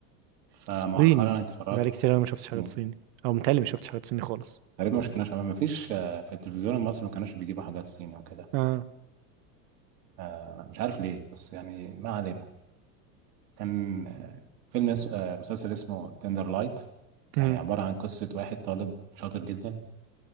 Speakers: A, on the right; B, on the right.
A: فمؤخرا
B: صيني
A: اتفرجت
B: بقالي كتير أوي ما شفتش
A: صيني
B: حاجات صيني أو متهيألي ما شفتش حاجات صيني خالص
A: تقريبا ما شفناش ما فيش آه، في التلفزيون المصري ما كانوش بيجيبوا حاجات صيني وكده
B: اه
A: آه مش عارف ليه بس يعني ما علينا كان آه، فيلم اس... آه، مسلسل اسمه تندر لايت
B: مم.
A: يعني عبارة عن قصة واحد طالب شاطر جدا